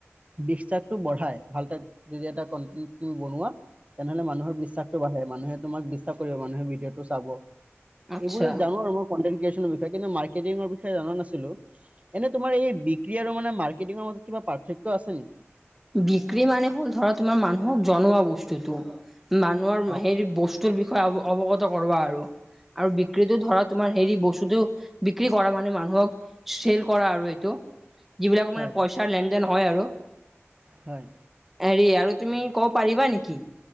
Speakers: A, on the right; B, in the centre.
A: বিশ্বাসটো বঢ়াই, ভাল তাত- যদি এটা <unintelligible> বনোৱা- তেনে হ'লে মানুহৰ বিশ্বাসটো বাহে, মানুহে তোমাক বিশ্বাস কৰিব, মানুহে ভিডিঅ'টো চাব।
B: আচ্ছা
A: এইবোৰে জানো আৰু মই কণ্টেণ্ট ক্ৰিয়েচনৰ বিষয়ে। কিন্তু মাৰ্কেটিঙৰ বিষয়ে জানা নাছিলো। এনে তোমাৰ এই বিক্ৰী আৰু মানে মাৰ্কেটিঙৰ মাজত কিবা পাৰ্থক্য- আছে নেকি?
B: বিক্ৰী মানে হ'ল ধৰা তোমাৰ মানুহক জনোৱা বস্তুটো। মানুহৰ
A: অ',
B: হেৰি বস্তুৰ বিষয়ে অৱগত কৰোৱা আৰু। আৰু বিক্ৰীটো ধৰা তোমাৰ হেৰি বস্তুটো বিক্ৰী কৰা মানে মানুহক- চেল কৰা আৰু এইটো। যিবিলাক
A: হয়,
B: মানে পইচাৰ লেন-দেন হয় আৰু।
A: হয়।
B: হেৰি আৰু তুমি ক'ব পাৰিবা নেকি